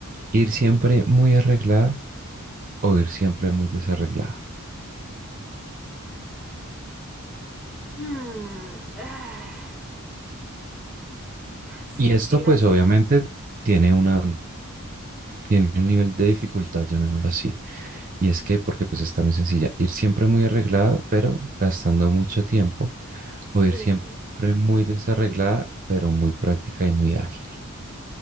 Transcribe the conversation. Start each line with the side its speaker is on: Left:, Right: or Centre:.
Right: ¿Ir siempre muy arreglada o ir siempre muy desarreglada?
Centre: Hmm, ah, si,
Right: Y esto,
Centre: si las,
Right: pues, obviamente tiene una, tiene un nivel de dificultad, llamémoslo así. Y es que, porque pues está muy sencilla, ir siempre muy arreglada, pero gastando mucho tiempo,
Centre: Sí,
Right: o ir siempre muy desarreglada, pero muy práctica y muy ágil.